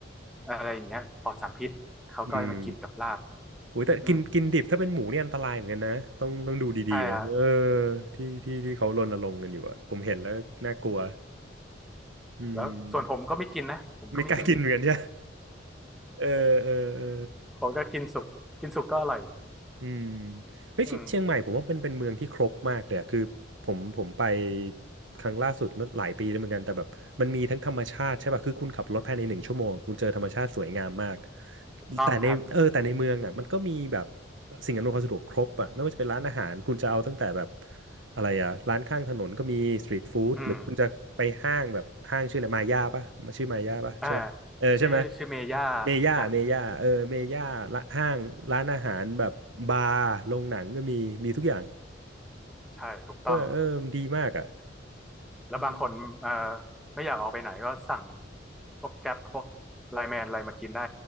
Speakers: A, in the centre; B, on the right.
A: อะไรอย่างเงี้ยปลอดสารพิษเขาก็มากินกับลาบ
B: อืม โอ้ยแต่กินกินดิบถ้าเป็นหมูเนี่ยอันตรายเหมือนกันนะต้องต้องดูดีๆนะเออ
A: อืมใช่ฮะ
B: ที่ที่ที่เขารณรงค์กันอยู่อะผมเห็นแล้วน่ากลัวอืม
A: แล้วส่วนผมก็ไม่กินนะผมก็ไม่กินดิบ
B: ไม่กล้ากินเหมือนกันใช่ไหมเออเออเออ
A: <laughs> ผมก็กินสุกกินสุกก็อร่อย
B: อืมเฮ้ยเชีเชียงใหม่ผมว่าเป็นเป็นเมืองที่ครบมากเลยอะคือผมผมไป
A: อืม
B: ครั้งล่าสุดเมื่อหลายปีแล้วเหมือนกันแต่แบบมันมีทั้งธรรมชาติใช่ป่ะคือคุณขับรถภายในหนึ่งชั่วโมงคุณเจอธรรมชาติสวยงามมาก
A: ถูกต้องครับ
B: แต่ในเออแต่ในเมืองอ่ะมันก็มีแบบสิ่งอำนวยความสะดวกครบอ่ะไม่ว่าจะเป็นร้านอาหารคุณจะเอาตั้งแต่แบบอะไรอ่ะร้านข้างถนนก็มีสตรีทฟู้ดหรือคุณจะไปห้างแบบห้างชื่ออะไรมาย่าป่ะชื่อมาย่าป่ะใช่ปะ
A: อืมอ่า
B: เออใช่ไหม
A: ชื่อชื่อเมย่า
B: เมย่าเมย่าเออเมย่าละห้างร้านอาหารแบบบาร์โรงหนังก็มีมีทุกอย่าง
A: ฮะใช่ถูกต้อง
B: เออเออมันดีมากอ่ะ
A: แล้วบางคนเอ่อ
B: อืม
A: ไม่อยากออกไปไหนก็สั่งพวกแก๊ปพวกไลน์แมนอะไรมากินได้